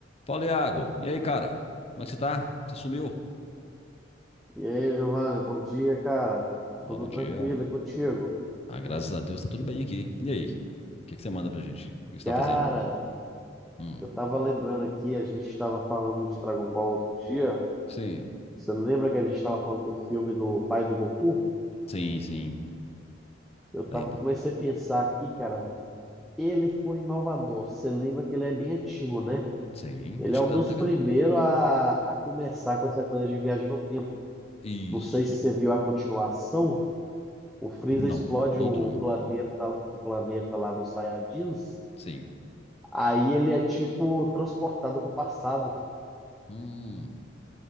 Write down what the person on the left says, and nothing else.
Fala, Iago. E aí, cara? Como é que você tá? Você sumiu?
Ó,
bom dia.
Ah, graças a Deus tá tudo bem aqui. E aí? O que que você manda pra gente? O que você
tá fazendo? Hum,
sim.
Sim, sim.
Lembro.
Sim.
Acho
que era
da década
de...
Isso.
Não.
Todo
não.
Sim.
Hum.